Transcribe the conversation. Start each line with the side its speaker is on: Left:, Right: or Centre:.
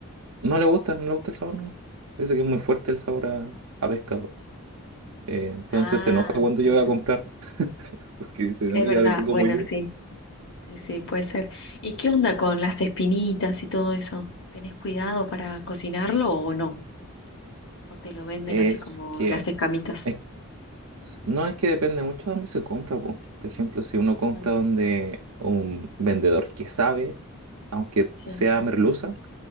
Right: No le gusta, no le gusta el sabor, no. Dice que es muy fuerte el sabor a, a pescado. Eh, entonces
Left: Ah,
Right: se enoja cuando
Left: puede
Right: yo
Left: ser.
Right: voy a comprar, <laughs> porque dice,
Left: Es verdad,
Right: ¿y ahora qué como
Left: bueno,
Right: yo?
Left: sí, sí, sí, sí, puede ser. ¿Y qué onda con las espinitas y todo eso? ¿Tenés cuidado para cocinarlo o no? ¿O te lo venden
Right: Es
Left: así como
Right: que.
Left: las escamitas?
Right: es- no es que depende mucho de dónde se compra, po. Por ejemplo, si uno compra
Left: Ujú,
Right: donde un vendedor que sabe, aunque
Left: Sí,
Right: sea merluza,